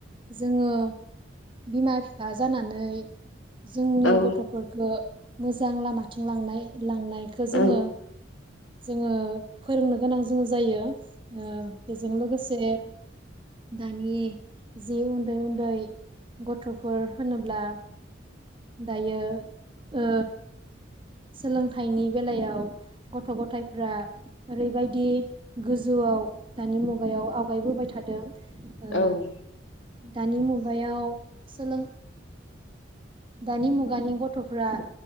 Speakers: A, on the right (about 30°); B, on the left (about 90°).
A: जोङो बिमा बिफा जानानै जोंनि
B: औ
A: गथ'फोरखौ मोजां लामाथिं लांनाय लांनायखो जोङो
B: औ
A: जोङो फोरोंनो गोनां जोङो जायो ओ बेजों लोगोसे दानि जि उन्दै उन्दै गथ'फोर होनोब्ला दायो ओ सोलोंथाइनि बेलायाव गथ' गथायफ्रा ओरैबायदि गोजौआव दानि मुगायाव आवगायबोबाय थादों।
B: औ
A: ओ दानि मुगायाव सोलों दानि मुगानि गथ'फ्रा